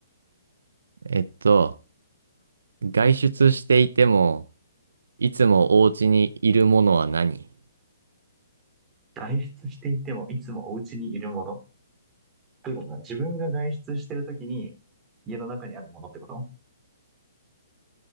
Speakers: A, on the right; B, on the right.
A: えっと、外出していても、いつもお家にいるものは何
B: 外出していてもいつもお家にいるもの。ということは、自分が外出してるときに家の中にあるものってこと